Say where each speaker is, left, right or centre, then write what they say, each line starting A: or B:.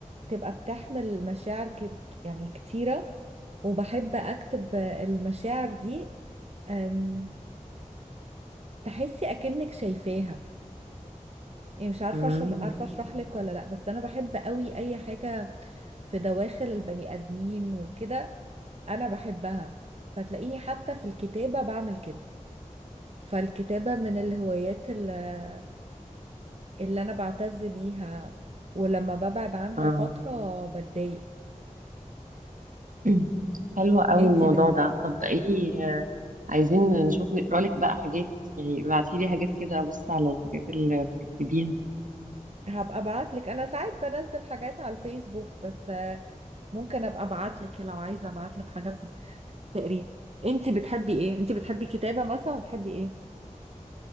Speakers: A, on the right; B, on the right.
A: تبقى بتحمل مشاعر ك- يعني كتيرة وبحب اكتب آه، المشاعر دي آم، تحسي اكنك شايفاها يعني مش عارفة
B: مم.
A: أشر- عارفة اشرح لك ولا لا بس انا بحب قوي اي حاجة في دواخل البني آدمين وكده أنا بحبها فتلاقيني حتى في الكتابة بعمل كده فالكتابة من الهوايات اللي, اللي أنا بعتز بيها ولما ببعد عنها
B: اه
A: فترة بتضايق
B: <clears throat> حلو قوي
A: انتي
B: الموضوع
A: بت...
B: ده طب ده ايه آه، عايزين نشوف نقرا لك بقى حاجات يعني ابعتي لي حاجات كده ابص على الحاجات اللي بتكتبيها
A: هبقى ابعتلك انا ساعات بنزل حاجات على الفيسبوك بس آه، ممكن ابقى ابعتلك لو عايزه ابعتلك حاجات تقريها انتي بتحبي ايه انتي بتحبي كتابه مثلا بتحبي ايه